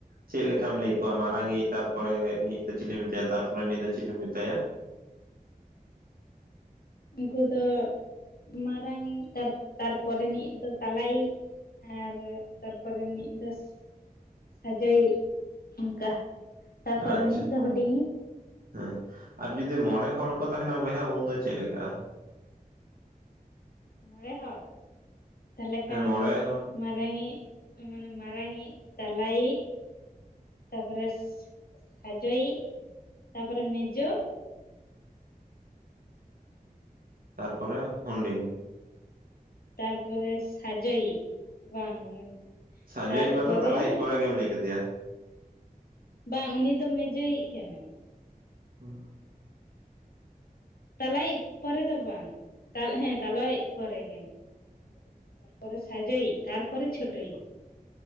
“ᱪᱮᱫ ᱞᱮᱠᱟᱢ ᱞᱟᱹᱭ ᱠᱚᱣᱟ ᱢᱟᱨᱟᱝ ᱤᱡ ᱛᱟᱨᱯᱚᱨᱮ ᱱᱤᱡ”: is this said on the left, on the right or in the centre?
Right